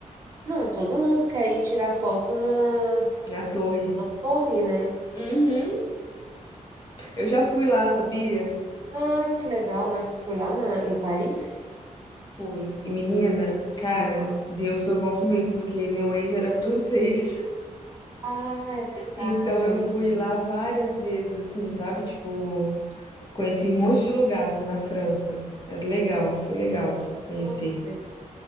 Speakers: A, on the right; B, on the left.
A: não, todo mundo quer ir tirar foto na
B: Na torre.
A: torre, né?
B: Uhum. Eu já fui lá, sabia?
A: Ah, que legal, mas tu foi lá na, em Paris?
B: Fui. E menina, cara,
A: Ah,
B: Deus foi bom comigo, porque meu ex era francês.
A: ah, é verdade,
B: Então eu
A: eu lembrei.
B: fui lá várias vezes, assim, sabe? Tipo, conheci um monte de lugar, assim, na França. Era legal, foi legal conhecer.
A: Nossa, que legal.